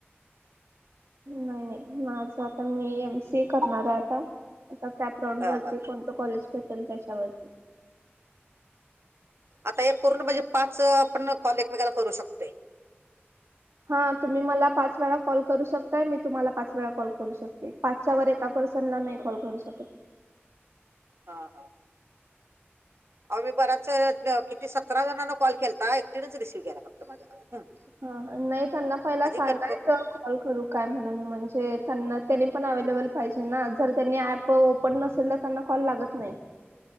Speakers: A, on the right (about 90°); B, on the right (about 75°).
A: नाही -. माझं आता मी एम सी एस करणार आहे आता, आता कॅपटाउंड
B: हा
A: वरती
B: हा
A: कोणतं कॉलेज भेटेल त्याच्यावर.
B: आता हे पूर्ण म्हणजे पाच आपण कॉल एक वेगला करू शकतोय.
A: हा तुम्ही मला पाच वेळा कॉल करू शकताय मी तुम्हाला पाच वेळा कॉल करू शकते. पाच त्याच्यावर एका पर्सन ला नाही कॉल करू शकत.
B: हा -हा. अ मी बराच किती सतरा जणांना कॉल केलता एकटीनेच रिसिव्ह केलाय. <inaudible>
A: हा नाही त्यांना पहिला सांगायचं
B: कन्फर्म
A: कॉल करू काय म्हणून म्हणजे त्यांना त्यांनी पण अवेलेबल पाहिजे ना जर त्यांनी ऍप ओपन नसेल ना त्यांना कॉल लागत नाही.